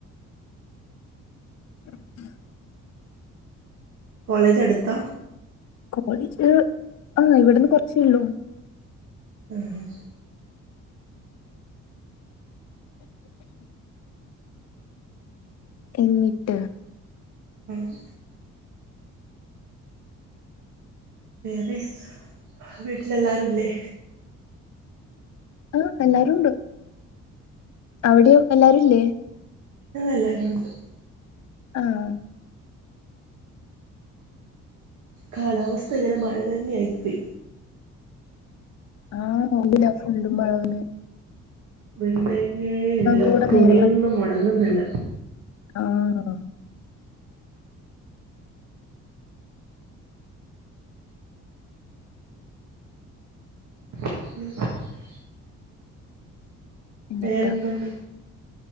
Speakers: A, on the left; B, on the right.
A: <inaudible>
B: കോളേജ് അടുത്താ
A: കോളേജ് ആഹ് ഇവിടുന്ന് കൊ റച്ചേയുള്ളൂ
B: ആഹ്
A: എന്നിട്ട്
B: ആഹ് വേറെ വീട്ടിലെല്ലാരു ഇല്ലേ?
A: ആഹ് എല്ലാരുണ്ട് അവിടെയോ എല്ലാരും ഇല്ലേ
B: ആഹ് എല്ലാരും ഉണ്ട്
A: ആഹ്
B: കാലാവസ്ഥ ഇങ്ങനെ മഴ തന്നെ ആയി പോയി
A: ആഹ് ഉള്ളിലാ ഫുള്ളും മഴ തന്നെയാ
B: വെയിൽ രേഖയെ ഇല്ല
A: കൂടെ
B: തുണിയൊന്നും
A: നേരെ പറ്റി
B: ഒണങ്ങുന്നില്ല
A: ആഹ്
B: <inaudible>
A: എന്നിട്ടാ
B: വേറെ എന്തുവാണ്